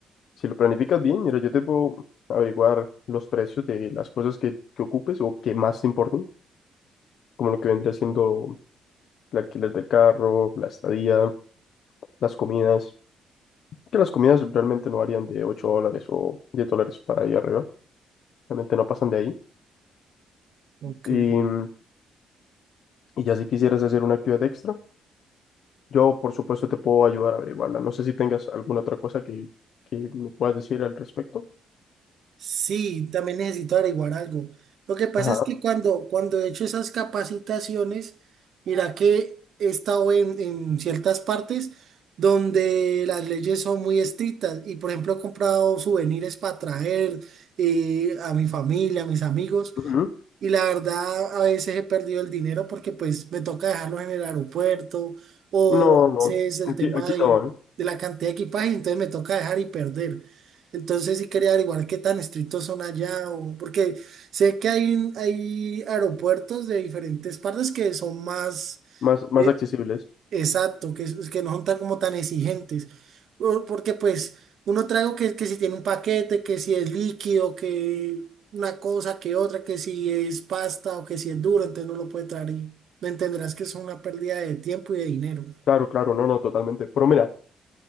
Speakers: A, on the left; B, on the right.
A: si lo planificas bien, mira, yo te puedo averiguar los precios de las cosas que, que ocupes o que más te importen, como lo que vendría siendo el alquiler del carro, la estadía, las comidas, que las comidas realmente no varían de 8 dólares o 10 dólares para ahí arriba, realmente no pasan de ahí.
B: Ok.
A: Y, mm, y ya si quisieras hacer una actividad extra, yo por supuesto te puedo ayudar a averiguarla. No sé si tengas alguna otra cosa que, que me puedas decir al respecto.
B: Sí, también necesito averiguar algo. Lo que pasa
A: Ajá.
B: es que cuando, cuando he hecho esas capacitaciones, mira que he estado en, en ciertas partes donde las leyes son muy estrictas y por ejemplo he comprado souvenirs para traer eh, a mi familia, a mis amigos.
A: ujú.
B: Y la verdad, a veces he perdido el dinero porque pues me toca dejarlos en el aeropuerto o
A: No, no,
B: es el
A: aquí,
B: tema
A: aquí
B: de,
A: no, ¿eh?
B: de la cantidad de equipaje, entonces me toca dejar y perder. Entonces sí quería averiguar qué tan estrictos son allá, o, porque sé que hay, un- hay aeropuertos de diferentes partes que son más,
A: Más, más
B: eh,
A: accesibles.
B: Exacto, que, es- que no son tan como tan exigentes. Por- Porque pues uno trae algo que, que si tiene un paquete, que si es líquido, que una cosa, que otra, que si es pasta o que si es duro, entonces no lo puede traer y me entenderás que es una pérdida de tiempo y de dinero.
A: Claro, claro, no, no, totalmente. Pero mira,